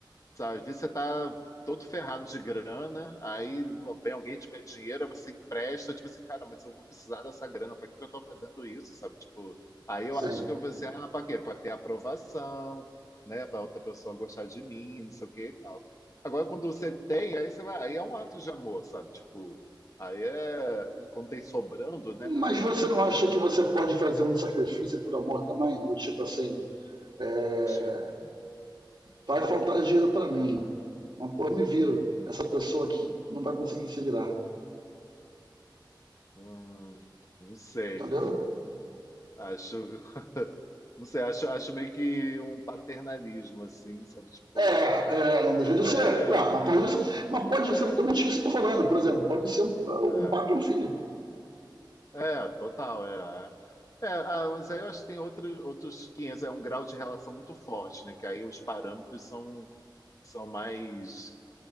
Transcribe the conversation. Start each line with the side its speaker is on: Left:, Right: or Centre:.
Left: sabe? Às vezes você tá todo ferrado de grana, aí vem alguém te pede dinheiro, aí você empresta, tipo assim, cara, mas eu vou precisar dessa grana, pra que que eu tô fazendo isso, sabe? Tipo, aí eu
Right: sim.
Left: acho que eu vou assim, ah, pra quê? Pra ter aprovação, né? Pra outra pessoa gostar de mim, não sei o que e tal. Agora, quando você tem, aí você vai, aí é um ato de amor, sabe? Tipo, aí é, quando tem sobrando, né? Aí
Right: Mas você
Left: é um
Right: não
Left: ato
Right: acha que
Left: de
Right: você
Left: amor.
Right: pode fazer um sacrifício por amor também? Do tipo assim, é,
Left: Tipo,
Right: vai faltar dinheiro para mim. Mas pô, eu me viro. Essa pessoa aqui não vai conseguir se virar.
Left: hum, não sei.
Right: Entendeu?
Left: Acho, <laughs> não sei, acho, acho meio que um paternalismo, assim, sabe? Tipo,
Right: É,
Left: uma.
Right: é, não deixa de
Left: É,
Right: ser. Não, mas, pode ser mas pode
Left: é,
Right: ser totalmente isso que eu tô falando. Por exemplo, pode ser um,
Left: é,
Right: um pai e um filho.
Left: é, total, é. É, é, ah, mas aí eu acho que tem outros, outros 500 é um grau de relação muito forte, né? Que aí os parâmetros são, são mais